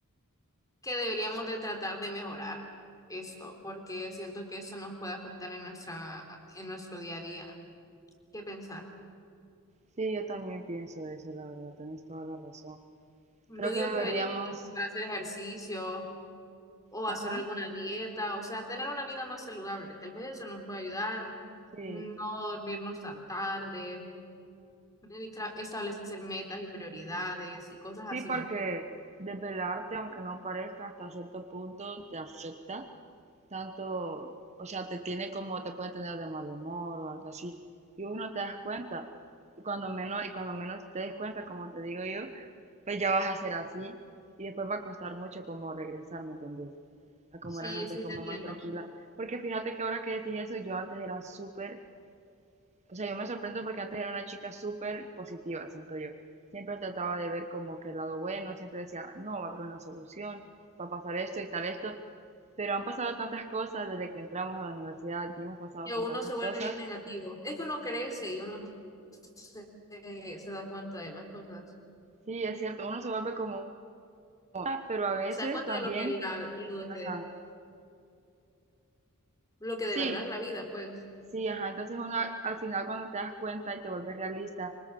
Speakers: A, on the left; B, on the right.
A: que deberíamos de tratar de mejorar esto, porque siento que eso nos puede afectar en nuestra, en nuestro día a día. ¿Qué pensás?
B: Sí, yo también pienso eso, la verdad, tienes toda la razón.
A: Yo
B: Creo
A: digo
B: que deberíamos,
A: que deberíamos de empezar a hacer ejercicio o
B: ajá,
A: hacer alguna dieta, o sea, tener una vida más saludable. Tal vez eso nos puede ayudar,
B: sí,
A: no dormirnos tan tarde, evitar- establecer metas y prioridades y cosas así,
B: sí, porque
A: ¿me entiendes?
B: desvelarte, aunque no parezca, hasta cierto punto te afecta tanto, o sea, te tiene como, te puede tener de mal humor o algo así. Y uno te das cuenta. Y cuando menos, y cuando menos te des cuenta, como te digo yo, pues ya vas a ser así. Y después va a costar mucho como regresar, ¿me entendés? A como
A: Sí,
B: eras antes,
A: sí,
B: como
A: te entiendo.
B: más tranquila. Porque fíjate que ahora que decís eso, yo antes era súper, o sea, yo me sorprendo porque antes era una chica súper positiva, siento yo. Siempre trataba de ver como que el lado bueno, siempre decía, no, va a haber una solución, va a pasar esto y tal esto pero han pasado tantas cosas desde que entramos a la universidad y hemos pasado
A: que
B: por
A: uno
B: tantas
A: se vuelve
B: cosas.
A: bien negativo. Es que uno crece y uno se, se- se da cuenta de las cosas.
B: Sí, es cierto, uno se vuelve como, pero a veces
A: Se da cuenta
B: también,
A: de lo que, la, lo que,
B: ajá,
A: de- lo que de
B: sí,
A: verdad es la vida, pues.
B: sí, ajá, entonces uno a- al final cuando te das cuenta y te vuelves realista,